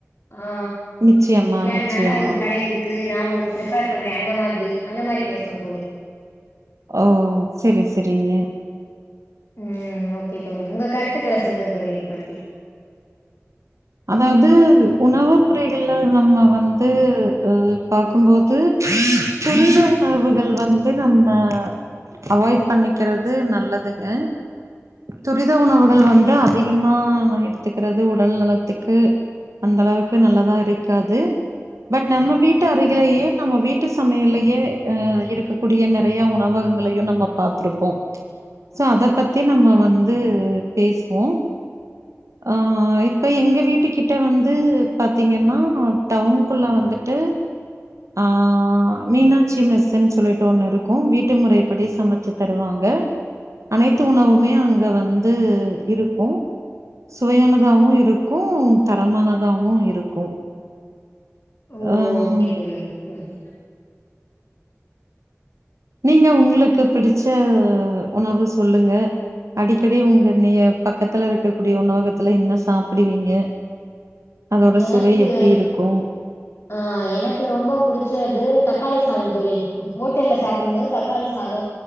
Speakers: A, on the left; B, on the right.
A: அ
B: நிச்சயமா
A: இல்ல
B: நிச்சயமா
A: நல்லா ஒரு கடை இருக்கு நான் உங்களுக்கு பிர்ஃபர் பண்றேன் அந்த மாதிரி அந்த மாதிரி பேசுவோம் தோழி
B: ஓ சரி சரிங்க
A: ம் ஓகே தோழி உங்க கருத்துக்கள சொல்லுங்க தோழி இது பத்தி
B: அதாவது உணவு முறைகள்ல நம்ம வந் து பாக்கும்போது துரித உணர்வுகள் வந்து நம்ம அவாய்ட் பண்ணிக்கிறது நல்லதுங்க துரித உணவுகள் வந்து அதிகமா எடுத்துக்கிறது உடல்நல த்துக்கு அந்த அளவுக்கு நல்லதா இருக்காது பட் நம்ம வீட்டு அருகிலேயே நம்ம வீட்டு சமையலயே அ இருக்கக்கூடிய நறைய உணவகங்களையும் நம்ம பாத்திருப்போம் சோ அத பத்தி நம்ம வந் து பேசுவோம் ஆ ஆய் இப்ப எங்க வீட்டு கிட்ட வந்து பாத்தீங்கன்னா டவுனுக்குள்ள வந்துட்டு அ மீனாட்சி மெஸ்ன்னு சொல்லிட்டு ஒண்ணு இருக்கும் வீட்டு முறை படி சமைச்சு தருவாங்க அனைத்து உணவுமே அங்க வந் து இருக்கும் சுவையானதாவும் இருக் கும் தரமானதாவும் இருக்கும்
A: ஓகே
B: ஹ ம்
A: தோழி ஓகே தோழி
B: நீங்க உங்களுக்கு பிடிச்ச உணவு சொல்லுங்க அடிக்கடி உங்க நீய பக்கத்துல இருக்கக்கூடிய உணவகத்துல என்ன சாப்பிடுவீங்க அதோட
A: எனக்கு
B: சுவை எப்டி இருக்கு
A: அ எனக்கு ரொம்ப புடிச்சது தக்காளி சாத தோழி ஹோட்டல்ல சாப்பிடும்போது தக்காளி சாத